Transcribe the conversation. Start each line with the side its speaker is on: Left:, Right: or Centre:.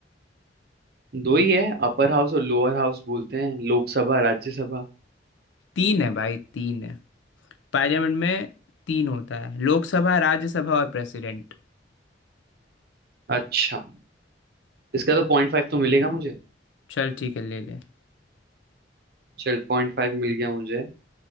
Right: दो ही है अपर हाउस और लोअर हाउस बोलते हैं लोकसभा राज्यसभा
Left: तीन है भाई तीन है पार्लियामेंट में तीन होता है लोकसभा राज्यसभा और प्रेसिडेंट
Right: अच्छा इसका तो पॉइंट फाइव तो मिलेगा मुझे
Left: चल ठीक है ले ले
Right: चल पॉइंट फाइव मिल गया मुझे